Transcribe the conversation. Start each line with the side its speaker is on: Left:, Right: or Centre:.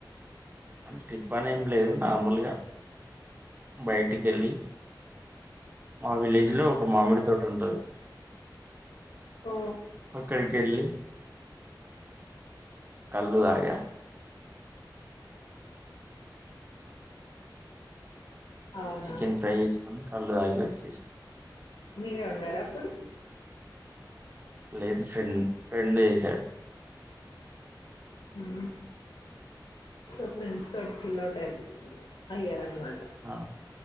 Right: అ ట్రిప్ అని ఏం లేదు నార్మల్గా బయటికెళ్ళి మా విలేజ్
Left: మ్మ్.
Right: లో ఒక మామిడి తోట ఉంటది.
Left: ఓ
Right: అక్కడికి వెళ్ళి కళ్ళు తాగాం
Left: అవునా
Right: చికెన్ ఫ్రై వేసుకొని కళ్ళు తాగి వచ్చేసి
Left: మీరే ఉండారా అప్పుడు
Right: లేదు ఫ్రెం ఫ్రెండ్ చేసాడు.
Left: ఆ సో ఫ్రెండ్స్ తోటి చిల్ అవుట్ అయ్యర్ అన్మా
Right: ఆ